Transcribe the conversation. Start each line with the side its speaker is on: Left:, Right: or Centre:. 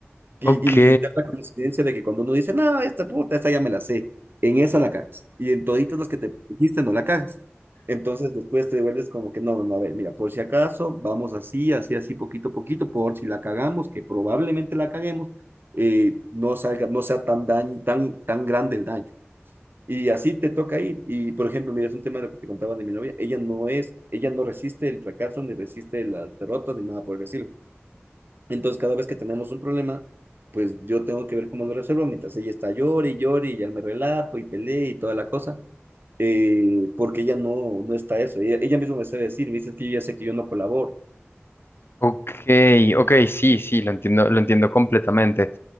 Right: Y,
Left: Ok,
Right: y da la coincidencia de que cuando uno dice, no, esta puta, esta ya me la sé, en esa la cagas. Y en toditas las que te dijiste no la cagas. Entonces después te vuelves como que, no, no, no, a ver, mira, por si acaso, vamos así, así, así, poquito a poquito, por si la cagamos, que probablemente la caguemos, eh, no salga, no sea tan daño, tan, tan grande el daño. Y así te toca ir. Y por ejemplo, mira, es un tema de lo que te contaban de mi novia. Ella no es, ella no resiste el fracaso, ni resiste las derrotas, ni nada por el estilo. Entonces, cada vez que tenemos un problema, pues yo tengo que ver cómo lo resuelvo, mientras ella está llore y llore y ya me relajo y peleé y toda la cosa. Eh, porque ella no, no está eso. Ella, ella misma me sabe decir, me dice que yo ya sé que yo no colaboro.
Left: ok, ok, sí, sí, lo entiendo, lo entiendo completamente.